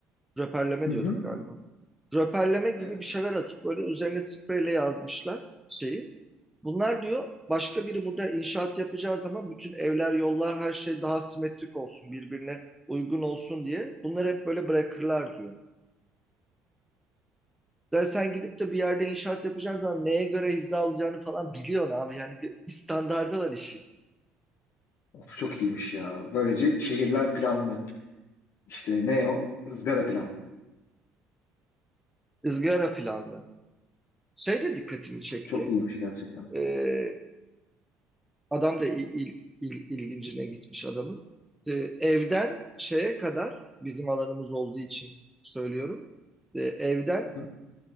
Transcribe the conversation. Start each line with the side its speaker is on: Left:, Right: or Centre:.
Centre: Röperleme
Left: Hı
Centre: diyorduk
Left: hı.
Centre: galiba. röperleme gibi
Left: Evet.
Centre: bir şeyler atıp böyle üzerine spreyle yazmışlar şeyi. Bunlar diyor başka biri burada inşaat yapacağı zaman bütün evler, yollar, her şey daha simetrik olsun, birbirine uygun olsun diye. Bunları hep böyle bırakırlar diyor. Yani sen gidip de bir yerde inşaat yapacağın zaman neye göre hizaya alacağını falan biliyorsun abi. Yani bir, standardı var işin.
Left: Of, çok iyiymiş ya. Böylece şehirler planlı. İşte ne o? Izgara pilav.
Centre: Izgara planlı. Şey de dikkatimi çekti.
Left: Çok iyiymiş gerçekten.
Centre: Ee, Adam da il, il- il- ilgincine gitmiş adamın. İşte evden şeye kadar bizim alanımız olduğu için söylüyorum. E, evden
Left: Hı hı.